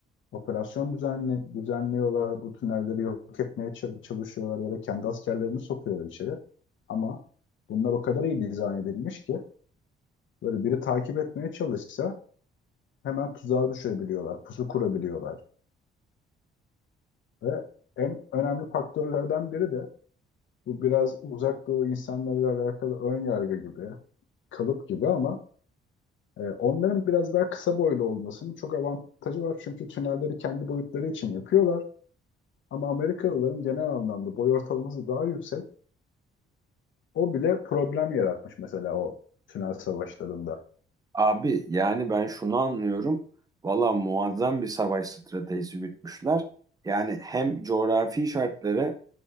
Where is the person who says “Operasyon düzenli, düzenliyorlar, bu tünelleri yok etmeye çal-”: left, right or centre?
Left